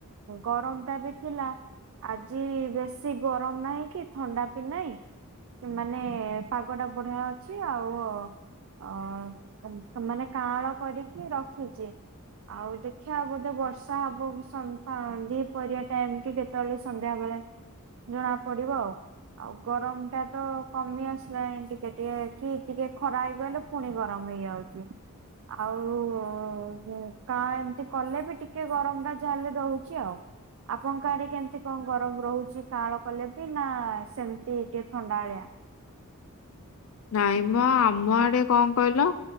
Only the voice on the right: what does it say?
ଗରମ ଟା ବି ଥିଲା। ଆଜି ବେଶୀ ଗରମ ନାହିଁ କି ଥଣ୍ଡା ବିି ନାହିଁ। କି ମାନେ ପାଗ ଟା ବଢ଼ିଆ ଅଛି ଆଉ ଅ ଅ ମାନେ କାଆଁଳ କରିକି ରଖିଚି। ଆଉ ଦେଖିବା ବୋଧେ ବର୍ଷା ହବ ସନ ପା ଦି ପହରିଆ ଟାଇମ କି କେତେବେଳେ ସନ୍ ସନ୍ଧ୍ୟା ବେଳେ ଜଣା ପଡିବ ଆଉ। ଆଉ ଗରମ ଟା ତ କମି ଆସିଲାଣି। ଟିକେ ଟିକେ କି ଟିକେ ଖରା ହେଇଗଲେ ପୁଣି ଗରମ। ନେଇ ଆଉଚି ଆଉ କା ଏମତି କଲେ ବି ଟିକେ ଗରମ ଗା ଯା ହେଲେ ଦଉଚି ଆଉ। ଆପଣଙ୍କ ଆଡେ କେମିତି କଣ ଗରମ ରହୁଚି। କାଆଁଳ କଲେ ବି ନା ସେମିତି ଟିକେ ଥଣ୍ଡାଳିଆ।